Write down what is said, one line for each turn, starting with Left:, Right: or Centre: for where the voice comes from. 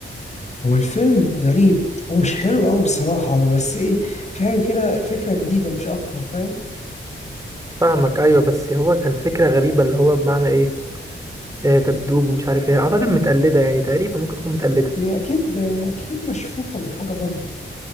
Left: هو الفيلم غريب ومش حلو قوي بصراحة هو بس ايه في حاجة كده فكرة جديدة مش اكتر فاهم
Right: فاهمك ايوه بس هو كان فكره غريبه اللي هو بمعنى ايه آه، دبدوب ومش عارف ايه اعتقد متقلده يعني تقريبا ممكن تكون متقلده
Left: هي اكيد اكيد مشفوفة من حاجة بره